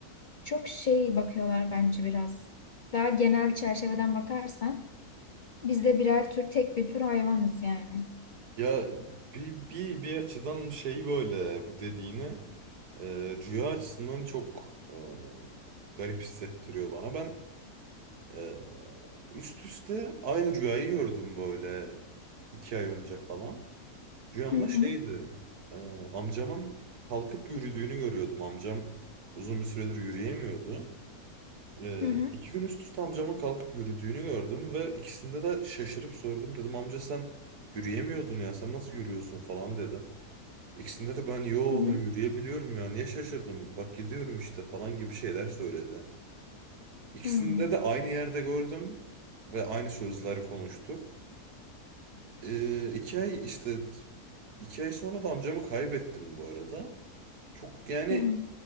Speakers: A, on the left; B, on the right.
A: çok şey bakıyorlar bence biraz. Daha genel çerçeveden bakarsan biz de birer tür tek bir tür hayvanız yani.
B: Ya bir, bir, bir açıdan şey böyle bu dediğini e, rüya açısından çok e, garip hissettiriyor bana. Ben e, üst üste aynı rüyayı gördüm böyle iki ay önce falan. Rüyamda
A: Hı hı,
B: şeydi e, amcamın kalkıp yürüdüğünü görüyordum. Amcam uzun bir süredir yürüyemiyordu. Ee,
A: hı hı,
B: iki gün üst üste amcamın kalkıp yürüdüğünü gördüm ve ikisinde de şaşırıp sordum. Dedim amca sen yürüyemiyordun ya sen nasıl yürüyorsun falan dedim. İkisinde de ben yo
A: hı hı,
B: ben yürüyebiliyorum ya niye şaşırdım bak gidiyorum işte falan gibi şeyler söyledi. İkisinde
A: hı,
B: de aynı yerde gördüm ve aynı sözleri konuştuk. Ee, iki ay işte iki ay sonra da amcamı kaybettim bu arada. Çok yani
A: hı.